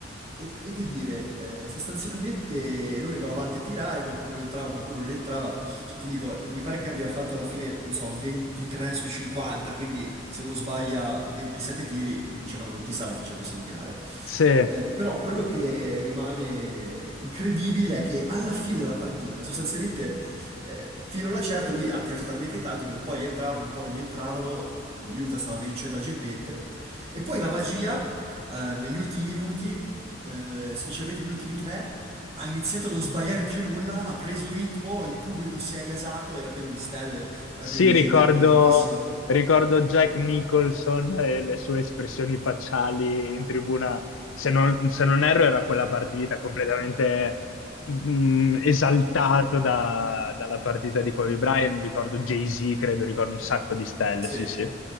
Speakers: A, on the right (about 30°); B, on the left (about 80°).
A: e- e che dire, eh, sostanzialmente lui andava avanti a tirare, qualcuno entrava, qualcuno non entrava. Cioè, ti dico, mi pare che abbia fatto alla fine, non so, 23 su 50, quindi se uno sbaglia 27 tiri, diciamo, non ti stanno facendo segnare.
B: Sì,
A: Eh, però quello che rimane incredibile è che alla fine della partita, sostanzialmente, eh, fino a una certa, lui ha tirato talmente tanto che un po' gli entravano, un po' non gli entravano, Utah stava vincendo agilmente. E poi la magia, eh, negli ultimi minuti, eh, specialmente gli ultimi tre, ha iniziato a non sbagliare più nulla, ha preso ritmo, il pubblico si è gasato, era pieno di stelle, era
B: Sì,
A: pieno di
B: ricordo,
A: gente importantissima.
B: ricordo Jack Nicholson e le sue espressioni facciali in tribuna. Se non, se non erro, era quella partita completamente mh, esaltato da- dalla partita di Kobe Bryant. Ricordo Jay-Z, credo, ricordo un sacco di stelle.
A: Sì.
B: Sì, sì.